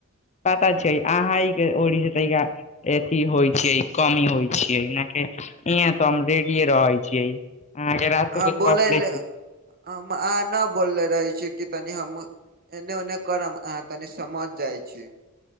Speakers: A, on the left; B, on the right.
A: <unintelligible> अथी होइ छै कमी होइ छियै नाकि इहां त हम रेडिये रहै छियै आहा के रातू
B: हम
A: कहली
B: बोलै ले हम अहाँ न बोलने रहे छी कि तनी हम एने ओने करब अहाँ तनी समझ जाय छै